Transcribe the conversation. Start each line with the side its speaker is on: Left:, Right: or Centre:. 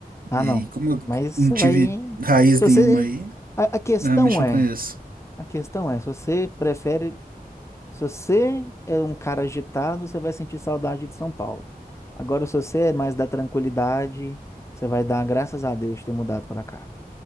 Left: Ah,
Right: E
Left: não.
Right: aí, como eu
Left: Mas você
Right: não tive
Left: vai.
Right: raiz
Left: Se você.
Right: nenhuma aí,
Left: A, a questão
Right: eu realmente não
Left: é.
Right: conheço.
Left: A questão é, se você prefere. Se você é um cara agitado, você vai sentir saudade de São Paulo. Agora, se você é mais da tranquilidade, você vai dar graças a Deus de ter mudado para cá.